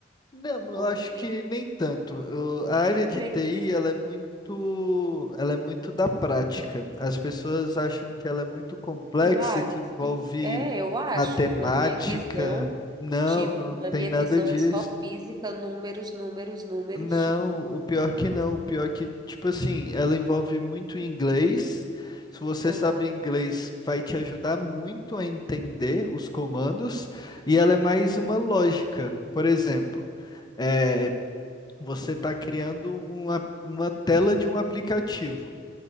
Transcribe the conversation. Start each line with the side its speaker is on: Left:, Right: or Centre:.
Left: Não, eu
Right: Porque,
Left: acho que nem tanto. Eu- a área de
Right: olha,
Left: TI, ela é muito, ela é muito da prática. As pessoas acham que ela é muito complexa,
Right: tu acha
Left: que
Right: assim,
Left: envolve
Right: é, eu acho,
Left: matemática.
Right: na minha visão,
Left: Não,
Right: tipo,
Left: não
Right: na
Left: tem
Right: minha
Left: nada
Right: visão
Left: disso.
Right: é só física, números, números, números,
Left: Não,
Right: tipo,
Left: o pior que não. O pior que, tipo assim, ela envolve muito inglês. Se você
Right: aham,
Left: sabe inglês, vai te ajudar muito a entender os comandos. E ela é mais uma lógica. Por exemplo, é, você está criando uma, uma tela de um aplicativo.